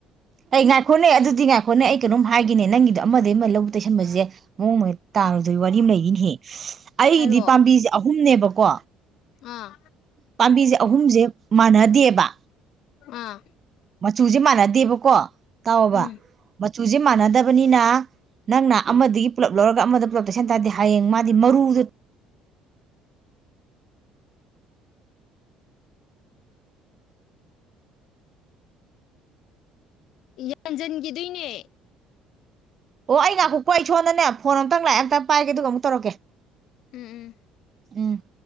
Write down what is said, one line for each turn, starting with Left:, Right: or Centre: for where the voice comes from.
Right: ꯑꯩ ꯉꯥꯏꯈꯣꯠꯅꯦ ꯑꯗꯨꯗꯤ ꯉꯥꯏꯈꯣꯠꯅꯦ ꯑꯩ ꯀꯩꯅꯣꯝ ꯍꯥꯏ ꯑꯩꯒꯤꯅꯦ ꯅꯪꯒꯤꯗꯣ ꯑꯃ ꯑꯃ ꯂꯧ ꯇꯩꯁꯟꯕꯁꯦ ꯃꯑꯣꯡ ꯇꯥꯡꯔꯣꯏꯗꯣꯏ ꯋꯥꯔꯤ ꯑꯃ ꯂꯩꯔꯤꯅꯦꯍꯦ ꯑꯩꯒꯤꯗꯤ
Left: ꯍꯥꯏꯔꯛꯑꯣ
Right: ꯄꯥꯝꯕꯤꯁꯦ ꯑꯍꯨꯝꯅꯦꯕꯀꯣ ꯀꯣ
Left: ꯑꯥ
Right: ꯄꯥꯝꯕꯤꯁꯦ ꯑꯍꯨꯝꯁꯦ ꯃꯥꯟꯅ ꯗꯦꯕ
Left: ꯑꯥ
Right: ꯃꯆꯨꯁꯦ ꯃꯥꯟꯅꯗꯦꯕꯀꯣ ꯇꯑꯣꯕ
Left: ꯎꯝ
Right: ꯃ ꯆꯨꯁꯦ ꯃꯥꯟꯅꯗꯕꯅꯤꯅ ꯅꯪꯅ ꯑꯃꯗꯒꯤ ꯄꯨꯂꯞ ꯂꯧꯔꯒ ꯑꯃꯗ ꯄꯨꯂꯞ ꯇꯩꯁꯟ ꯇꯥꯔꯗꯤ ꯍꯌꯦꯡ ꯃꯥꯗꯤ ꯃꯔꯨꯗ
Left: ꯌꯥꯟꯖꯟꯒꯤꯗꯣꯏꯅꯦ
Right: ꯑꯣ ꯑꯩ ꯉꯥꯈꯣꯀꯣ ꯑꯩ ꯁꯣꯟꯗꯅꯦ ꯐꯣꯟ ꯑꯝꯇꯪ ꯂꯥꯛꯑꯦ ꯑꯝꯇ ꯄꯥꯏꯒꯦ ꯑꯗꯨꯒ ꯑꯃꯨꯛ ꯇꯧꯔꯛꯀꯦ
Left: ꯎꯝ ꯎꯝ
Right: ꯎꯝ